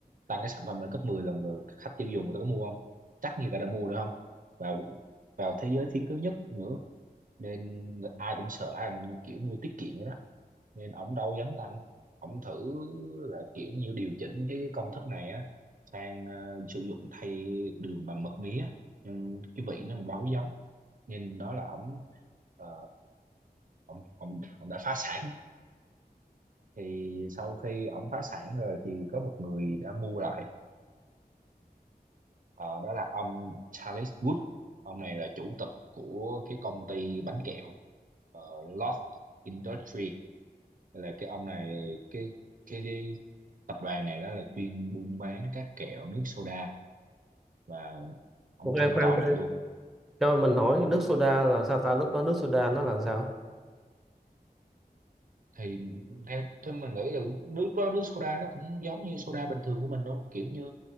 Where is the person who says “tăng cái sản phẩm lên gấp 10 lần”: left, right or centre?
Right